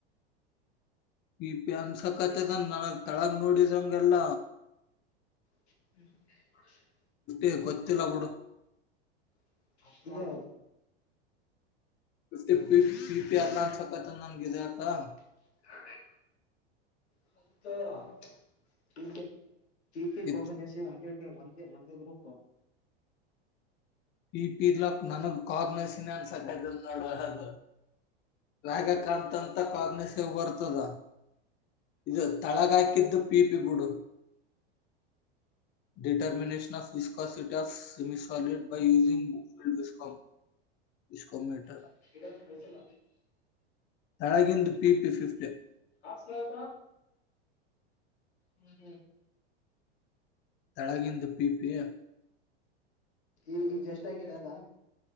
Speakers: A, on the left (about 35°); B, on the left (about 80°).
A: ಈ ಪ್ಯಾನ್ಸ ಕತೆದನ್ ನನಗ್ ತಳಗ್ ನೋಡಿದಂಗೆಲ್ಲ.
B: <inaudible>
A: ಏ ಗೊತ್ತಿಲ್ಲ ಬುಡು.
B: <inaudible>
A: <unintelligible>
B: <inaudible> <unintelligible> ಪಿ ಪಿ ಕೊಕೋನೆಸಿ
A: ಇತ್
B: ಒಂದು ದೆ ಒಂದೇ ಒಂದೇ ಗ್ರೂಪು.
A: ಪಿ ಪಿಲಕ್ ನನಗ್ ಕಾಗ್ನಸಿನ ಅನ್ಸಕ್ದಲ್ ನೋಡ ಅ ರಾಗಕಾತ್ಂತ ಕಾಗನಸೆವ ಬರ್ತದ. ಇದು ತಳಗಾಕಿದ್ದು ಪೀಪಿಬುಡು. Determinations of viscosity of semisolid. Using <unintelligible> Hum ಇಸ್ಕೊ metre.
B: <unintelligible>
A: ಹಾಗಿಂದು P ಪಿಫಿಫ್ಟೆ.
B: ಅಸ್ಲತ. ಹ್ಮ್ ಹ್ಮ್.
A: ತಳಗಿಂದು ಪೀ ಪಿಯ.
B: ಈಗ್ ಜಷ್ಟಾಕಿರದ?